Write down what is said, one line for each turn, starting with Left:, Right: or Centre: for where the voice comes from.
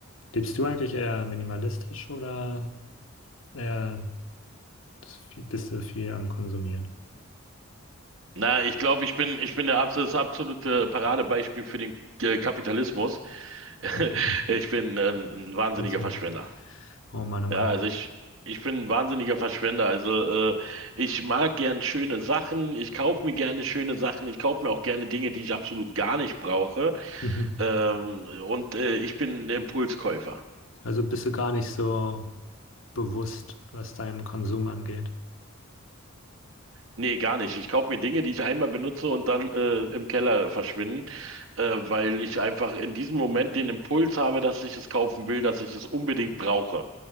Left: lebst du eigentlich eher minimalistisch oder eher bist viel- bist du viel am Konsumieren?
Right: Na, ich glaube, ich bin, ich bin der absol- das absolute Paradebeispiel für den äh, Kapitalismus. <laughs>
Left: Mhm.
Right: Ich bin äh, ein wahnsinniger
Left: Interessant.
Right: Verschwender.
Left: Oh Mann, oh
Right: Ja,
Left: Mann.
Right: also ich, ich bin ein wahnsinniger Verschwender. Also äh, ich mag gern schöne Sachen. Ich kaufe mir gerne schöne Sachen. Ich kaufe mir auch gerne Dinge, die ich absolut gar nicht brauche.
Left: Mhm.
Right: Ähm, und äh, ich bin ein Impulskäufer.
Left: Also bist du gar nicht so bewusst, was deinen Konsum angeht.
Right: Nee, gar nicht. Ich kaufe mir Dinge, die ich einmal benutze und dann äh, im Keller verschwinden, äh, weil ich einfach in diesem Moment den Impuls habe, dass ich es kaufen will, dass ich es unbedingt brauche.